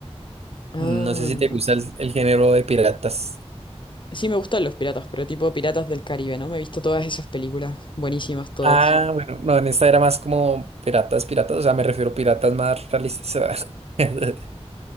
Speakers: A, on the left (about 45°); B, on the right (about 65°).
A: Ah,
B: No sé si te gusta el el género de piratas.
A: sí me gustan los piratas, pero tipo Piratas del Caribe, ¿no? Me he visto todas esas películas, buenísimas todas.
B: Ah, bueno, no, en esta era más como piratas, piratas, o sea, me refiero a piratas más realistas. <laughs>